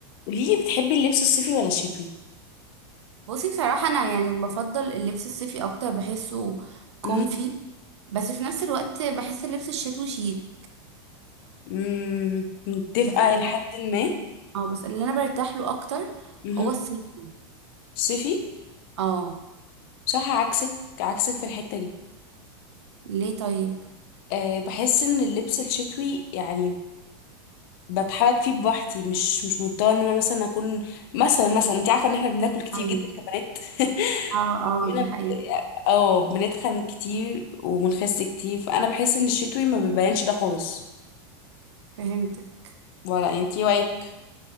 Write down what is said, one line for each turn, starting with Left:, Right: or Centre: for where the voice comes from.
Left: قوليلي بتحبي اللبس الصيفي ولا الشتوي
Right: بصي بصراحة أنا يعني بفضل اللبس الصيفي أكتر بحسه كومفي
Left: مهم.
Right: بس في نفس الوقت بحس اللبس الشتوي شيك
Left: مم، متفقة
Right: بس اللي
Left: إلى حد ما
Right: اه بس اللي أنا برتاح له أكتر
Left: مهم.
Right: هو الصيفي
Left: صيفي
Right: اه
Left: صح عكسك عكسك في الحتة دي
Right: ليه طيب
Left: أه بحس ان اللبس الشتوي يعني بتحرك فيه بوحدي مش مش مضطره ان انا مثلا اكون مثلا مثلا انت عارفه ان احنا بناكل كتير
Right: أيوه
Left: جدا كبنات <laughs>
Right: اه
Left: مننا
Right: اه دي
Left: ب...
Right: حقيقة
Left: اه بنتخن كتير وبنخس كتير فانا بحس ان الشتوي ما بيبانش ده خالص
Right: فهمتك
Left: ولا انتي رايك